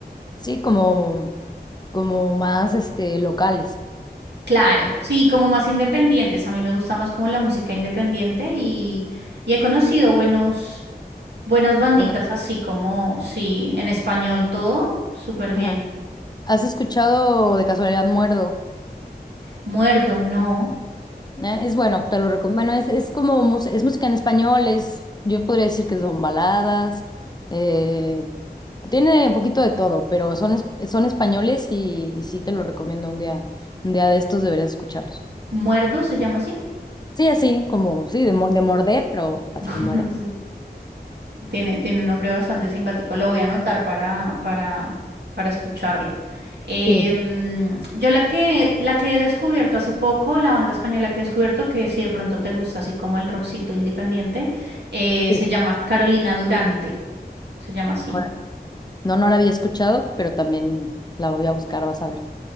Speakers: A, on the left (about 25°); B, on the right (about 80°).
A: sí, como, como más este, locales.
B: Claro, sí, como más independientes. A mí me gusta más como la música independiente y, y he conocido buenos. Buenas banditas,
A: Bueno,
B: así como, sí, en español todo, súper bien.
A: ajá. ¿Has escuchado de casualidad Muerdo?
B: Muerdo, no.
A: Eh, Es bueno, te lo recomiendo. Bueno, es, es como mus- es música en español, es, yo podría decir que son baladas, eh, tiene un poquito de todo, pero son, es- son españoles y, y sí te lo recomiendo un día, un día de estos deberías escucharlos.
B: Muerdo se llama así.
A: Sí, así, como, sí, de, mo- de morder, pero así
B: <laughs>
A: muerdo.
B: Sí. Tiene, tiene un nombre bastante simpático. Lo voy a anotar para, para, para escucharlo. Em,
A: Sí,
B: yo la que, la que he descubierto hace poco, la banda española que he descubierto, que si de pronto te gusta, así como el rockcito independiente, eh,
A: sí.
B: se llama Carolina Durante. Se llama así.
A: Ahora, No, no la había escuchado, pero también la voy a buscar, vas a ver.